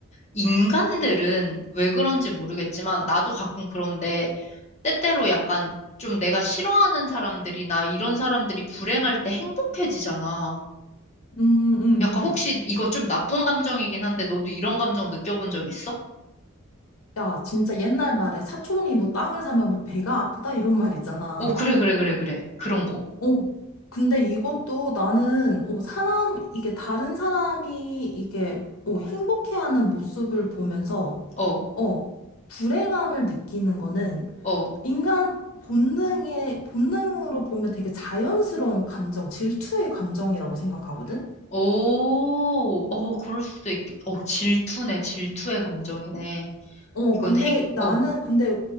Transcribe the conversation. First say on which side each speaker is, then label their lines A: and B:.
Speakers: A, on the left (about 30°); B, on the left (about 80°).
A: 인간들은 왜 그런지 모르겠지만, 나도 가끔 그런데, 때때로 약간 좀 내가 싫어하는 사람들이나 이런 사람들이 불행할 때 행복해지잖아.
B: 음, 음,
A: 약간
B: 음.
A: 혹시 이거 좀 나쁜 감정이긴 한데 너도 이런 감정 느껴본 적 있어?
B: 야, 진짜 옛날 말에 사촌이 뭐 땅을 사면 뭐 배가 아프다 이런 말 있잖아.
A: 오, 그래, 그래, 그래, 그래. 그런 거.
B: 어, 근데 이것도 나는, 어, 사람, 이게 다른 사람이 이게, 어, 행복해하는 모습을 보면서,
A: 어,
B: 어, 불행함을 느끼는 거는
A: 어.
B: 인간 본능의, 본능으로 보면 되게 자연스러운 감정, 질투의 감정이라고 생각하거든?
A: 오, 어, 그럴 수도 있겠, 어, 질투네, 질투의 감정이네.
B: 어,
A: 이건
B: 근데
A: 행,
B: 나는,
A: 어,
B: 근데,